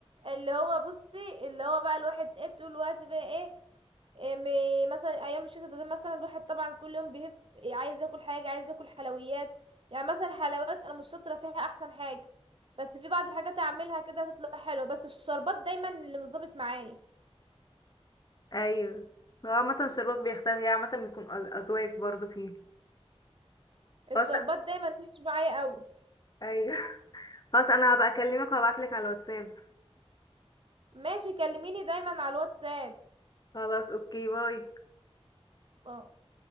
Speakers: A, on the right; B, on the left.
A: اللي هو بصي اللي هو بقى الواحد ايه طول الوقت بقى ايه إم- مثلا ايام الشتاء ده مثلا الواحد طبعا كل يوم بيهف عايز ياكل حاجه عايز ياكل حلويات يعني مثلا الحلويات انا مش شاطره فيها احسن حاجه بس في بعض الحاجات اعملها كده هتطلع حلوه بس الشربات دايما اللي مش ظابط معايا
B: ايوه هو عامة شربات بيختار هي عامة بيكون أ- أذواق برضو فيه
A: الشربات
B: خلاص
A: دايما مش معايا قوي
B: ايوه خلاص انا هبقى اكلمك وهبعتلك على الواتساب
A: ماشي كلميني دايما على الواتساب
B: خلاص اوكي باي
A: اه